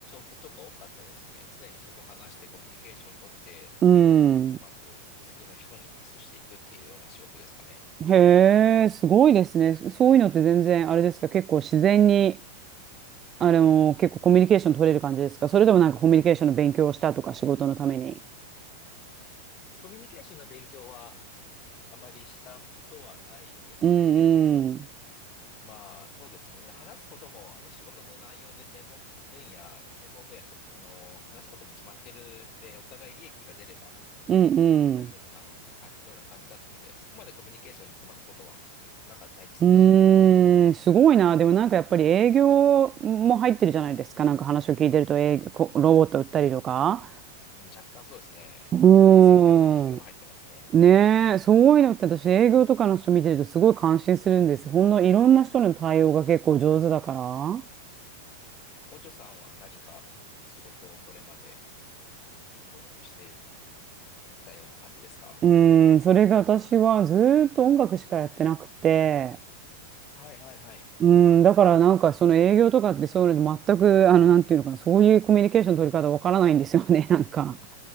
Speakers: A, on the left; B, on the right.
A: ことが多かったですね。常に人と話してコミュニケーション取って、それをうまく次の人にパスしていくっていうような仕事ですかね。
B: うん。へえ、すごいですね。そういうのって全然、あれですか、結構自然に、あの、結構コミュニケーション取れる感じですかそれともなんかコミュニケーションの勉強をしたとか仕事のために。
A: コミュニケーションの勉強はあまりしたことはないですけれども、
B: うんうん。
A: まあ、そうですね。話すことも、あの、仕事の内容で専門分野、専門分野というか、その、話すことも決まってるで、お互い利益が出れば
B: うんうん。
A: 大丈夫なはような感じだったので、そこまでコミュニケーションに困ったことはなか、ないですかね。
B: うーん、すごいな。でもなんかやっぱり営業も入ってるじゃないですか。なんか話を聞いてると営業、こロボット売ったりとか。
A: うん若干そうですね。
B: うーん。
A: す全部に営業が入ってますね。
B: ねえ、そういうのって私営業とかの人見てるとすごい感心するんです。ほんのいろんな人の対応が結構上手だから。
A: うん。おちょさんは何か仕事をこれまで結構してきたような感じですか
B: うん、それが私はずーっと音楽しかやってなくて、
A: はいはいはい。
B: うん、だからなんかその営業とかってそういうの全く、あの、なんていうのかな、そういうコミュニケーションの取り方わからないんですよね、<laughs> なんか。